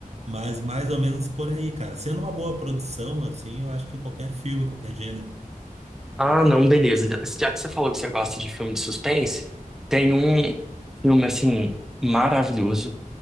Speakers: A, on the right; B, in the centre.
A: Mas mais ou menos por aí, cara. Sendo uma boa produção, assim, eu acho que qualquer filme, qualquer gênero.
B: Ah, não, beleza. Já que você falou que você gosta de filme de suspense, tem um filme, assim, maravilhoso.